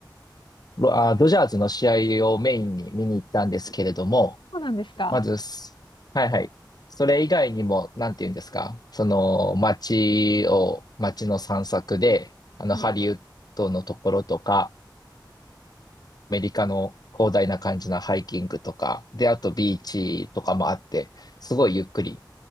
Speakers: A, on the left; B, on the left.
A: ロあ、ドジャーズの試合をメインに見に行ったんですけれども、
B: そうなんですか。
A: まずす、はいはい。それ以外にも、なんて言うんですか、その、街を、街の散策で、あの、
B: はい。
A: ハリウッドのところとか、アメリカの広大な感じのハイキングとか、で、あとビーチとかもあって、すごいゆっくり